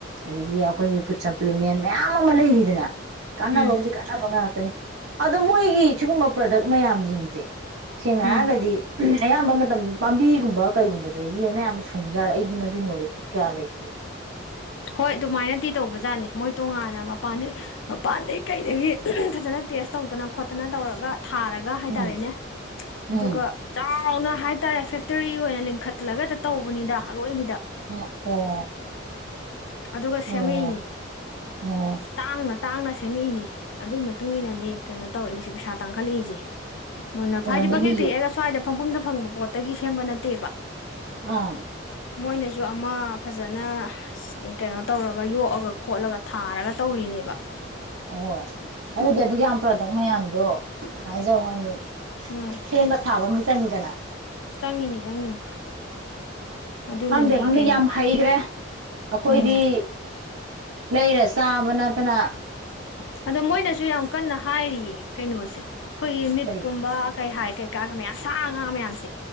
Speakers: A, on the right; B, on the left.
A: ꯑꯗꯒꯤ ꯑꯩꯈꯣꯏꯒꯤ ꯐꯨꯗ ꯁꯝꯄ꯭ꯂꯤꯃꯦꯟ ꯃꯌꯥꯝ ꯑꯃ ꯂꯩꯔꯤꯗꯅ ꯀꯅꯥꯒ
B: ꯎꯝ
A: ꯍꯕꯗꯤ ꯀꯅꯥ ꯃꯉ ꯍꯥꯇꯅꯤ ꯑꯗ ꯃꯍꯤꯒꯤ ꯁꯤꯒꯨꯝꯕ ꯄ꯭ꯔꯗꯛ ꯃꯌꯥꯝꯁꯤꯡꯁꯦ ꯁꯦꯡꯅ
B: ꯎꯝ
A: ꯍꯥꯏꯔꯒꯗꯤ ꯑꯌꯥꯝꯕ ꯃꯇꯝꯗ ꯄꯥꯝꯕꯤꯒꯨꯝꯕ ꯀꯩꯒꯨꯝꯕꯗꯒꯤꯅꯌꯥꯝ ꯁꯣꯡꯖꯥꯔ ꯑꯩꯗꯤ ꯃꯗꯨꯏ ꯅꯣꯂꯦꯖꯦ ꯀꯌꯥ ꯂꯩꯇꯨ
B: ꯍꯣꯏ ꯑꯗꯨꯃꯥꯏꯅꯗꯤꯤ ꯇꯧꯕꯖꯥꯠꯅꯤ ꯃꯣꯏ ꯇꯣꯉꯥꯟꯅ ꯃꯄꯥꯟꯗꯩ ꯃꯄꯥꯟꯗꯩ ꯀꯩꯗꯒꯤ ꯐꯖꯅ ꯇꯦꯁ ꯇꯧꯗꯅ ꯈꯣꯠꯇꯅ ꯇꯧꯔꯒ ꯊꯥꯔꯒ ꯍꯥꯏꯇꯥꯔꯦꯅꯦ
A: ꯎꯝ
B: ꯑꯗꯨꯒ
A: ꯎꯝ
B: ꯆꯥꯎꯅ ꯍꯥꯏꯇꯥꯔꯦ ꯐꯦꯛꯇꯔꯤ ꯑꯣꯏꯅ ꯂꯤꯡꯈꯠꯂꯒꯇ ꯇꯧꯕꯅꯤꯗ ꯑꯔꯣꯏꯕꯤꯗ
A: ꯑꯥ ꯑꯣ
B: ꯑꯗꯨꯒ
A: ꯑꯣ
B: ꯁꯦꯝꯃꯛꯏꯅꯤ
A: ꯑꯣ
B: ꯇꯥꯡꯅ ꯇꯥꯡꯅ ꯁꯦꯝꯃꯛꯏꯅꯤ ꯑꯗꯨꯒꯤ ꯃꯇꯨꯡ ꯏꯟꯅꯅꯦ ꯀꯩꯅꯣ ꯇꯧꯔꯛꯏꯁꯦ ꯄꯩꯁꯥ ꯇꯥꯡꯈꯠꯂꯛꯏꯁꯦ ꯃꯣꯏꯅ
A: ꯑꯣꯏꯔꯝꯒꯅꯤ
B: ꯐꯥꯏꯗꯤ ꯄꯪ ꯍꯦꯛꯛꯇꯛꯑꯒ ꯁ꯭ꯋꯥꯏꯗ ꯄꯪ ꯐꯪꯕ ꯄꯣꯠꯇꯒꯤ ꯁꯦꯝꯕ ꯅꯠꯇꯦꯕ
A: ꯑꯥ
B: ꯃꯣꯏꯅꯁꯨ ꯑꯃ ꯐꯖꯅ ꯑ ꯀꯩꯅꯣ ꯇꯧꯔꯒ ꯌꯣꯛꯑꯒ ꯈꯣꯠꯂꯒ ꯊꯥꯔꯒ ꯇꯧꯔꯤꯅꯦꯕ
A: ꯍ‌ꯣꯏ ꯑꯗꯨꯗꯤ ꯑꯗꯨ ꯌꯥꯝ ꯄ꯭ꯔꯗꯛ ꯃꯌꯥꯝꯗꯣ ꯍꯥꯏꯖꯥꯎꯅꯤ
B: ꯎꯝ
A: ꯁꯦꯝꯦꯟꯕ ꯁꯥꯕ ꯑꯃ ꯆꯪꯉꯤꯗꯅ
B: ꯆꯪꯉꯤꯅꯤ ꯆꯪꯉꯤꯅꯤ ꯑꯗꯨꯅꯅꯦ
A: ꯈꯪꯗꯦ ꯈꯪꯗꯦ
B: ꯀꯩꯅꯣ
A: ꯌꯥꯝ ꯍꯩꯈ꯭ꯔꯦ ꯑꯩꯈꯣꯏꯗꯤ
B: ꯎꯝ
A: ꯂꯩꯔ ꯆꯥꯕꯅ <unintelligible>
B: ꯑꯗꯣ ꯃꯣꯏꯅꯁꯨ ꯌꯥꯝ ꯀꯟꯅ ꯍꯥꯏꯔꯤꯌꯦ ꯀꯩꯅꯣꯁꯦ ꯑꯩꯈꯣꯏꯒꯤ ꯃꯤꯠꯀꯨꯝꯕ
A: ꯀꯔꯤ
B: ꯀꯩ ꯍꯥꯏ ꯀꯩꯀꯥ ꯃꯌꯥꯝ ꯁꯥ ꯉꯥ ꯃꯌꯥꯝꯁꯦ